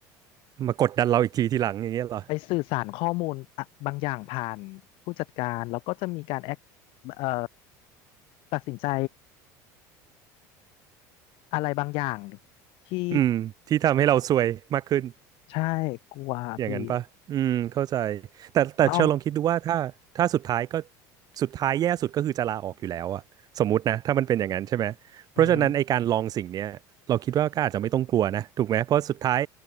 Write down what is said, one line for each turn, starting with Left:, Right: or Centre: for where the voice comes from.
Right: มากดดันเราอีกทีทีหลังอย่างเงี้ยเหรอ
Left: ไปสื่อสารข้อมูลอะบางอย่างผ่านผู้จัดการแล้วก็จะมีการแอคเอ่อตัดสินใจอะไรบางอย่างที่
Right: อืมที่ทำให้เราซวยมากขึ้น
Left: ใช่กลัวพี่
Right: อย่างนั้นปะอืมเข้าใจแต่แต่เชลลองคิดดูว่าถ้าถ้าสุดท้ายก็
Left: เอ้า
Right: สุดท้ายแย่สุดก็คือจะลาออกอยู่แล้วอะสมมุตินะถ้ามันเป็นอย่างนั้นใช่ไหมเพราะฉะนั้นไอการลองสิ่งเนี้ยเราคิดว่าก็อาจจะไม่ต้องกลัวนะถูกไหมเพราะสุดท้าย
Left: อือฮึ